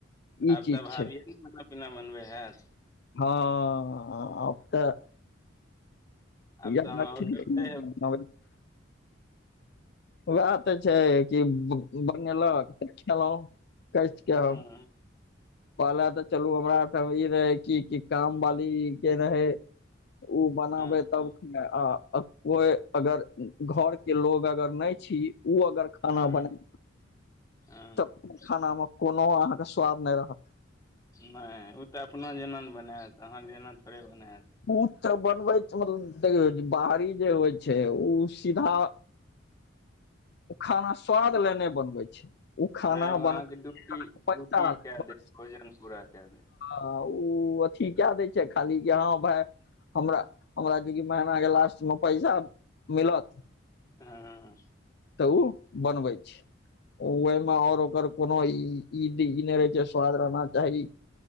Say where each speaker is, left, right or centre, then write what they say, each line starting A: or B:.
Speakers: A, on the left; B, on the left.
A: ई
B: आब
A: चीज
B: तऽ भाभिये
A: छै
B: ने खाना पीना बनबै हैत
A: हाँ हाँ आब तऽ <unintelligible>
B: आब तऽ अहाँ ऑर्डर दै हेबै
A: उहै तऽ छै की बनेलक तऽ खेलउ कसके
B: हँ
A: पहले तऽ चलू हमरा ठाम ई रहै कि कि काम वाली के रहै ओ बनाबे
B: हँ
A: तब आ कोई अगर घरके लोग अगर नहि छी ओ अगर खाना
B: हँ
A: बना
B: हँ
A: त खानामे कोनो अहाँके स्वाद नहि रहत
B: नहि ओ तऽ अपना जेनाने बनायत अहाँके जेना थोड़े बनायत
A: ब बनबै छलहूँ देख बाड़ी जे होइ छै ओ सीधा खाना स्वाद ले नहि बनबै ओ खाना
B: नहि ओ
A: बन
B: अहाँके ड्यूटी
A: पैसा
B: ड्यूटी
A: ले
B: कए
A: बस
B: देत भोजन पूरा कए देत
A: ओ अथी कए दै छै खाली कि हाँ भाय हमरा हमरा चूँकि महीनाके लास्टमे पैसा मिलत
B: हुं
A: त ओ बनबैय छैय, ओहिमे आओर ओकर कोनो इ नै रहैय छैय स्वाद रहना चाही,